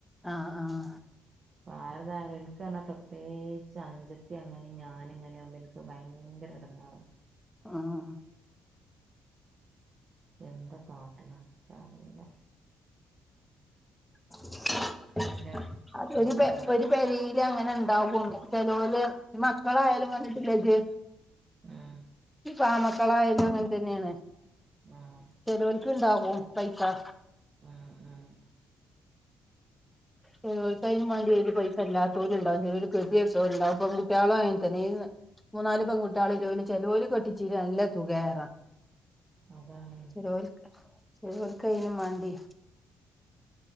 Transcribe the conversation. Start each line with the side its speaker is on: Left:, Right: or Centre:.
Centre: ആഹ് ആഹ്.
Right: ആരതായാലും എൻക്ക്ന്ന് പറഞ്ഞാ പ്രത്യേകിച്ച് അന്ജത്തി അങ്ങനെ ഞാനും ഇങ്ങനെയാവുമ്പോ ഇനി ക്ക് ഭയങ്കര എടങ്ങാറാ.
Centre: ആഹ്.
Right: എന്താ കാട്ട്ണ് ഇച്ചറീല.
Centre: <unintelligible>
Right: ഞാനെന്റെ മൂത്തമ്മ
Centre: പെരീലങ്ങനെ ഇണ്ടാകും.. ചെലോല് മക്കളായാലും കണ്ടിട്ടില്ലേജ്ജ്?
Right: ആഹ്.
Centre: പ്പ ആൺമക്കളായാലും അങ്ങനത്തന്നെയാണ്.
Right: ആഹ്.
Centre: ചെലോര്ക്ക്ണ്ടാകും പൈസ.
Right: ആഹ് ആഹ്.
Centre: ചെലോല്ക്ക് അയ്നും മാണ്ടി വരും പൈ എല്ലാത്തോല്ണ്ടാവും. ചെലോല് <unintelligible> ണ്ടാവും പെങ്കുട്ട്യാളും അങ്ങനത്തന്നെയ്യ്ന്ന്. മൂന്നാല് പെൺകുട്ട്യാളിള്ളോല് ചെലോല് കെട്ടിച്ചീരി നല്ല സുകേറ.
Right: അതാണ്.
Centre: ചെലോല്ക്ക് ചെലോല്ക്ക് അയ്നും മാണ്ടി.